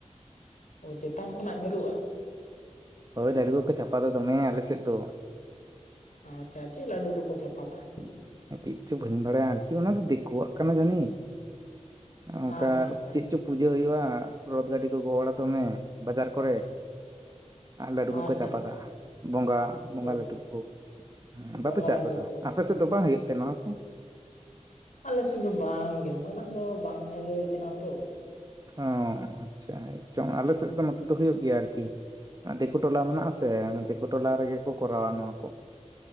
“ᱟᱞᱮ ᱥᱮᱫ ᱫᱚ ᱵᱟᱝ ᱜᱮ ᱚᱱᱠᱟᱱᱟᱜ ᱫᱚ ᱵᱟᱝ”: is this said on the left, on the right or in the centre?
Left